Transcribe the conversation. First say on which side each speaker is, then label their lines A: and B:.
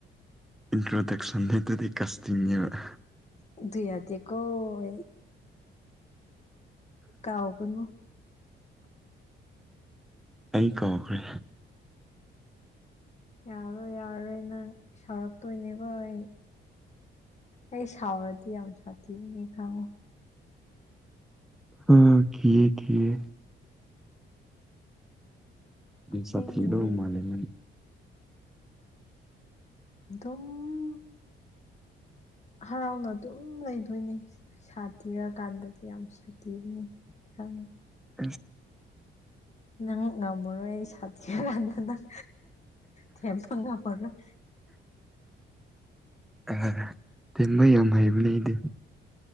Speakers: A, in the centre; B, on the left (about 35°).
A: ꯏꯟꯇ꯭ꯔꯣꯗꯛꯁꯟ ꯅ‌ꯦ ꯗꯨꯗꯤ ꯀꯥꯁꯇꯤꯡꯅ‌‌ꯦꯕ
B: ꯨꯑꯗꯨ ꯌꯥꯗ‌ꯦꯀ‌ꯣ ꯑꯩ ꯀꯥꯎꯒꯅꯨ
A: ꯑꯩ ꯀꯥꯎꯈ꯭ꯔꯦ
B: ꯌꯥꯔꯔꯣꯏ ꯌꯥꯔꯔꯣꯏ ꯅꯪ ꯁꯥꯎꯔꯛꯇꯣꯏꯅꯦꯀ‌ꯣ ꯑꯩ ꯑꯩ ꯁꯥꯎꯔꯗꯤ ꯌꯥꯝ ꯁꯥꯊꯤꯕꯅꯦ ꯈꯪꯉꯣ
A: ꯑꯣ ꯀꯤꯌꯦ ꯀꯤꯌꯦ ꯃꯤ
B: ꯑꯁꯦꯡꯒꯤꯅꯦ
A: ꯁꯊꯤꯗꯧ ꯃꯥꯂꯦ ꯅꯪ
B: ꯑꯗꯨꯝ ꯍꯔꯥꯎꯅ ꯑꯗꯨꯝ ꯂꯩꯗꯣꯏꯅꯦ ꯁꯥꯇꯤꯔꯀꯥꯟꯗꯗꯤ ꯌꯥꯝ ꯁꯥꯇꯤꯕꯅ‌ꯦ ꯈꯪ
A: <unintelligible>
B: ꯅꯪꯅ ꯉꯃꯔ‌ꯣꯏ ꯑꯩ ꯁꯥꯇꯤꯀꯥꯟꯗ ꯅꯪ ꯊꯦꯝꯕ ꯉꯝꯃꯔ‌ꯣꯏ
A: ꯑ ꯇꯤꯟꯕ ꯌꯥꯝ ꯍꯩꯕꯅꯦ ꯑꯩꯗꯤ